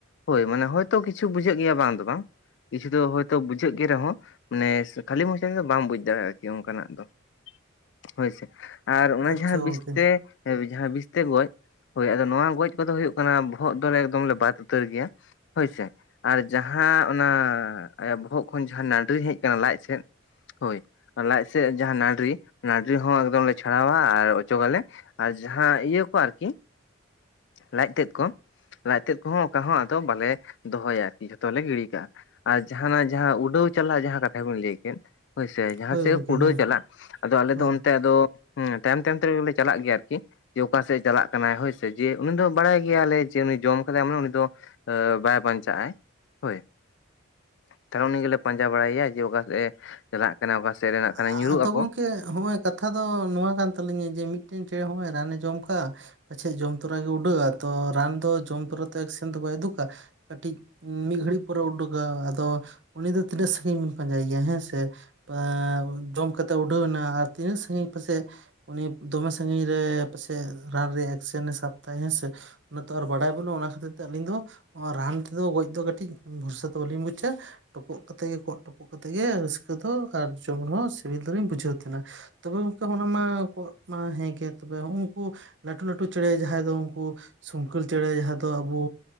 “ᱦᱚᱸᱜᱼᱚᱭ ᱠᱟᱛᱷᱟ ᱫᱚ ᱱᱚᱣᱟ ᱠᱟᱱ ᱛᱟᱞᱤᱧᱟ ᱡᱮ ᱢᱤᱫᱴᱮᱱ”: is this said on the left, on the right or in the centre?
Right